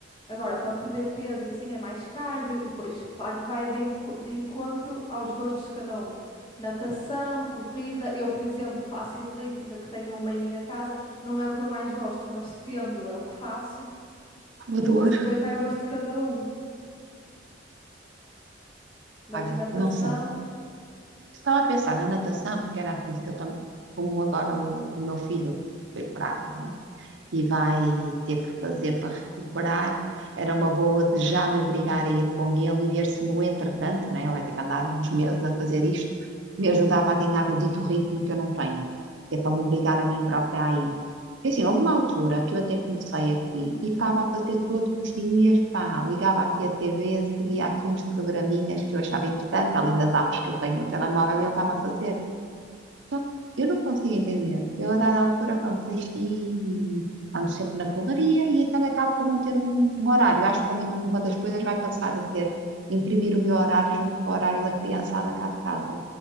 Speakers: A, on the left (about 25°); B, on the right (about 65°).
A: Agora, para perder peso e assim é mais cardio. Depois, claro que vai de, enco- de encontro aos gostos de cada um. Natação, corrida. Eu, por exemplo, faço elíptica, que tenho uma em minha casa. Não é o que eu mais gosto, mas tendo é o que faço.
B: Salvador,
A: Isso depois vai ao gosto de cada um. Mas
B: olha,
A: natação
B: não sei. Estava a pensar na natação, porque era assim, se eu tam- como agora o, o meu filho foi parado, não é? e vai ter que fazer para recuperar. Era uma boa de já me obrigar a ir com ele e ver se no entretanto, né, ele vai ter que andar uns meses a fazer isto, me ajudava a ganhar o dito ritmo que eu não tenho, que é para me obrigar a mim própria a ir. E assim, houve uma altura que eu até comecei aqui e estava a fazer todos os dias, pá, ligava aqui a TV, seguia aqui uns programinhas que eu achava interessante, além das apps que eu tenho no telemóvel, e eu estava a fazer. Só que eu não consigo entender. Eu, a dada altura, pronto, desisti e ando sempre na correria e então acabo por não ter um, um horário. Acho que também uma das coisas vai passar a ser imprimir o meu horário junto com o horário da criançada cá de casa,